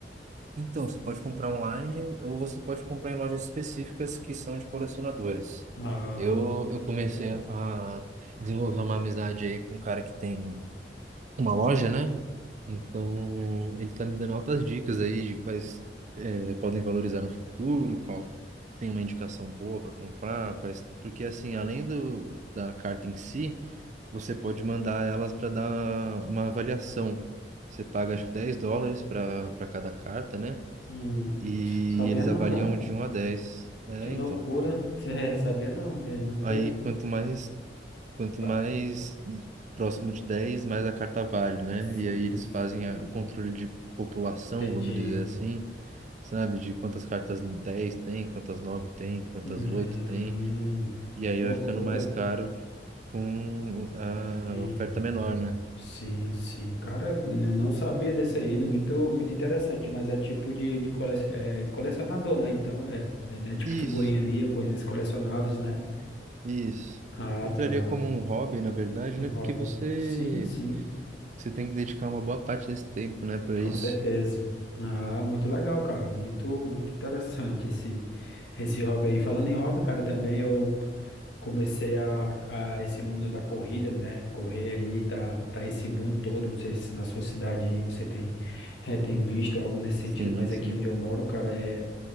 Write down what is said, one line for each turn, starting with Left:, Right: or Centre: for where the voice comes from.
Right: Então, você pode comprar online ou você pode comprar em lojas específicas que são de colecionadores.
Left: Ah,
Right: Eu, eu comecei
Left: beleza.
Right: a desenvolver uma amizade aí com um cara que tem uma loja, né? Então, ele tá me dando altas dicas aí de quais eh, podem valorizar no futuro, qual tem uma indicação boa para comprar, quais... Porque, assim, além do, da carta em si, você pode mandar elas para dar uma avaliação. Você paga, acho que 10 dólares para para cada carta, né?
Left: Hum,
Right: e
Left: sabia
Right: eles
Left: não,
Right: avaliam
Left: cara.
Right: de um a dez, É,
Left: Que loucura.
Right: então.
Left: <laughs> É, sabia não, né? Nunca.
Right: Aí quanto mais quanto
Left: Ba-
Right: mais próximo de 10, mais a carta vale, né?
Left: Sim,
Right: E aí eles
Left: sim.
Right: fazem a- o controle de população,
Left: Entendi.
Right: vamos dizer assim, sabe? De quantas cartas 10 tem, quantas 9 tem, quantas
Left: Hum,
Right: 8 tem. E aí
Left: que loucura.
Right: vai ficando mais caro com a
Left: Sim,
Right: oferta menor, né?
Left: sim, sim. Cara, eu não sabia desse aí. Muito, muito interessante, mas é tipo de, de cole... é, colecionador, né? Então, é, é né? Tipo
Right: Isso,
Left: figurinha ali, coisas colecionáveis, né?
Right: isso.
Left: Ah,
Right: Entraria
Left: tá.
Right: como um hobby, na verdade,
Left: Um
Right: né?
Left: hobby.
Right: Porque você,
Left: Sim, sim.
Right: você tem que dedicar uma boa parte desse tempo, né, para
Left: Com
Right: isso.
Left: certeza. Ah, muito legal, cara. Muito, muito interessante esse, esse hobby aí. Falando em hobby, cara, também eu comecei a, a esse mundo da corrida, né? Correr aí, tá, tá esse boom todo. Não sei se na sua cidade aí você tem, eh, tem visto algo nesse sentido,
Right: Sim,
Left: mas
Right: sim.
Left: aqui onde eu moro, cara, é,